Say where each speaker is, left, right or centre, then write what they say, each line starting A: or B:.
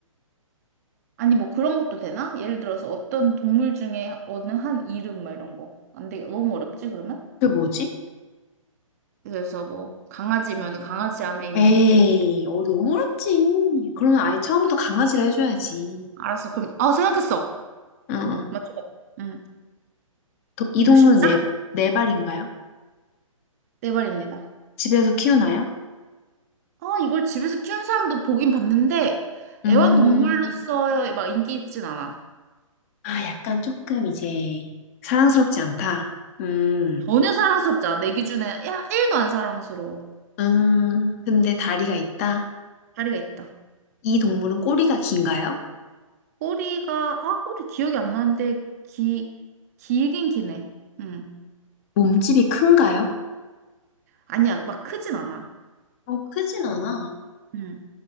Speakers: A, on the right (about 30°); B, on the left (about 25°).
A: 아니 뭐 그런 것도 되나? 예를 들어서 어떤 동물 중에 어느 한 이름 뭐 이런 거. 안 되게 너무 어렵지 그러면?
B: 그게 뭐지?
A: 그래서 뭐 강아지면 은 강아지 안에 있는
B: 에이,
A: 어떤
B: 어, 너무 어렵지. 그러면 아예 처음부터 강아지를 해줘야지.
A: 알았어 그럼 아 생각했어
B: 응, 응.
A: 맞죠? 응.
B: 도- 이 동물은
A: 이거 쉽다
B: 네, 네 발인가요?
A: 네 말입니다.
B: 집에서 키우나요?
A: 아 이걸 집에서 키운 사람도 보긴 봤는데
B: 음,
A: 애완동물로서 막 인기 있진 않아
B: 아, 약간 조금 이제 사랑스럽지 않다. 음,
A: 전혀 사랑스럽지 않아 내 기준에 야 1도 안 사랑스러워
B: 음, 근데 다리가 있다.
A: 다리가 있다
B: 이 동물은 꼬리가 긴가요?
A: 꼬리가 아 꼬리 기억이 안 나는데 기 길긴 기네 응.
B: 몸집이 큰가요?
A: 아니야, 막 크진 않아.
B: 어, 크진 않아.
A: 응,